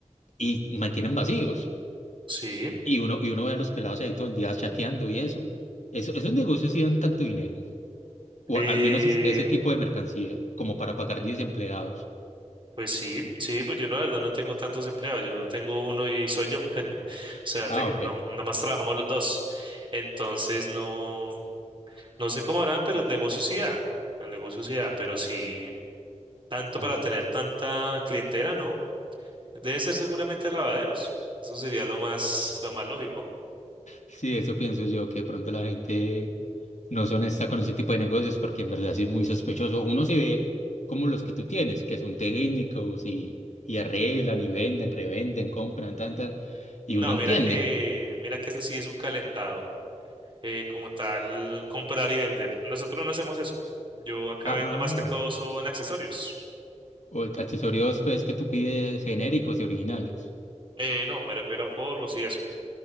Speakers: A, on the left (about 75°); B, on the right (about 40°).
A: y mantienen vacíos.
B: sí.
A: Y uno, y uno ve a los pelados ahí todo el día chateando y eso. Eso, esos negocios sí dan tanto dinero. O
B: Eh,
A: al menos es- ese tipo de mercancía, como para pagar 10 empleados.
B: pues sí, sí, pues yo no, la verdad no tengo tantos empleados, yo tengo uno y soy yo. <laughs> O sea, tengo,
A: Ah, ok.
B: no- nomás trabajamos los dos. Entonces no, no sé cómo harán, pero el negocio sí da, el negocio sí da, pero sí, tanto
A: Ah.
B: para tener tanta clientela, ¿no? Debe ser seguramente lavaderos. Eso sería lo más, lo más lógico.
A: Sí, eso pienso yo, que de pronto la gente no son honesta con ese tipo de negocios, porque en verdad sí es muy sospechoso. Uno sí ve como los que tú tienes, que son técnicos y, y arreglan y venden, revenden, compran, tan, tan, y
B: No,
A: uno entiende.
B: mira que, mira que eso sí es un calentado. eh, como tal, comprar y vender. Nosotros no hacemos eso. Yo acá
A: Ah,
B: vendo
A: ah,
B: más que todo son accesorios.
A: o accesorios pues que tú pides genéricos y originales.
B: Eh, no, me refiero a forros y eso.